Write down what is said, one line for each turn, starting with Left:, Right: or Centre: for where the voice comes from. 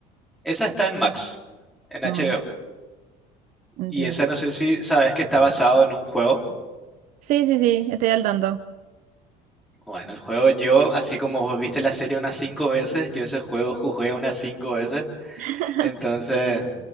Centre: esa está en Max, en
Right: Ah,
Centre: HBO.
Right: entiendo.
Centre: Y esa no sé si sabes que está basado en un juego.
Right: Sí, sí, sí, estoy al tanto.
Centre: Bueno, el juego yo, así como vos viste la serie unas cinco veces, yo ese juego jugué unas cinco veces.
Right: <laughs>
Centre: Entonces,